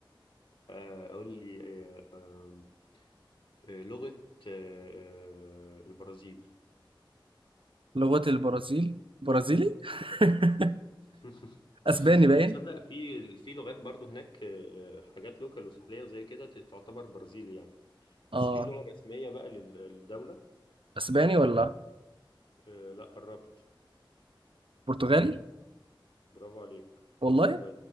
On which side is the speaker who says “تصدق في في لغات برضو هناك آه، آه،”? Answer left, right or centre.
Left